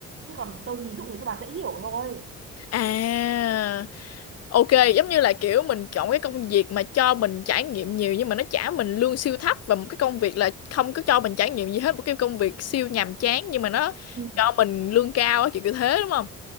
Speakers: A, on the right; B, on the left.
A: chứ còn tôi ví dụ thế cho bà dễ hiểu thôi
B: à Ok, giống như là kiểu mình chọn cái công việc mà cho mình trải nghiệm nhiều nhưng mà nó trả mình lương siêu thấp và một cái công việc là không có cho mình trải nghiệm gì hết, một cái công việc siêu nhàm chán nhưng mà nó
A: Ừ.
B: cho mình lương cao á, kiểu kiểu thế đúng không?